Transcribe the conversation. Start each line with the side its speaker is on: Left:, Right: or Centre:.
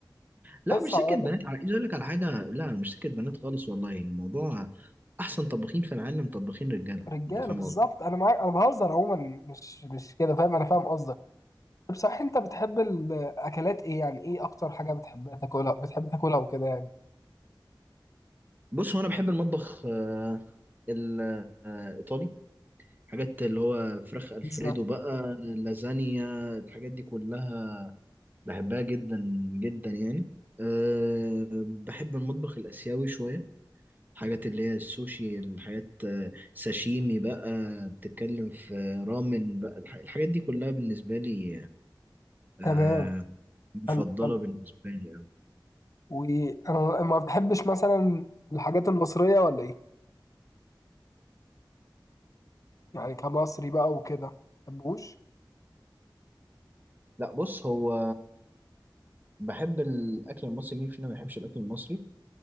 Right: لا
Left: بص
Right: مش
Left: هقول
Right: سكت بنات
Left: لك
Right: على عايز اقول لك على حاجه لا مش سكت بنات خالص والله الموضوع احسن طباخين في العالم طباخين رجاله
Left: رجاله
Right: انت فاهم
Left: بالظبط
Right: قصدي
Left: انا معاك انا بهزر عموما مش مش كده فاهم انا فاهم قصدك طب صح انت بتحب الاكلات ايه يعني ايه اكتر حاجه بتحبها تاكلها بتحب تاكلها وكده يعني
Right: بص هو انا بحب المطبخ آه، الايطالي حاجات اللي هو فراخ الفريدو
Left: بيتزا
Right: بقى لازانيا الحاجات دي كلها بحبها جدا جدا يعني أه بحب المطبخ الآسيوي شوية الحاجات اللي هي السوشي الحاجات آه، ساشيمي بقى بتتكلم في رامن بقى الح- الحاجات دي كلها بالنسبة لي أه
Left: تمام
Right: مفضلة
Left: حلو حلو
Right: بالنسبة لي أوي
Left: وانا ما بتحبش مثلا الحاجات المصرية ولا ايه يعني كمصري بقى وكده ما بتحبوش
Right: لا بص هو بحب الأكل المصري مين فينا ما بيحبش الأكل المصري